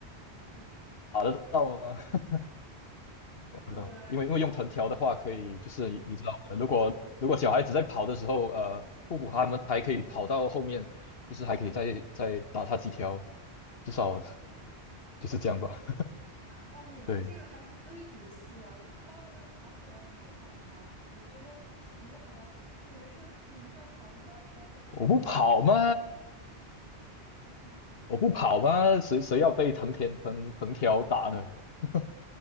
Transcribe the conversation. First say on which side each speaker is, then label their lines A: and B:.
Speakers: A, on the right (about 80°); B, on the left (about 60°).
A: 嗯
B: 打得到吗？<laughs> 我不知道，
A: 呃，
B: 因为因为用藤条的话，
A: 可以，
B: 可以就是你你知道的，如果如果小孩子在跑的时候，
A: 嗯
B: 呃，父母他们还可以跑到后面，就是还可以再再打他几条，至少 <laughs> 就是这样吧。
A: 啊，你们这个还是追逐戏啊？
B: 对，
A: 妈妈都要打你了，你还跑吗？你不应该停下吗？<laughs> 你们是，你一边跑，你妈一边在后面追着打。
B: 我不跑吗？
A: <laughs> 哼哼，
B: 我不跑吗？谁谁要被藤田藤藤条打呢？<laughs>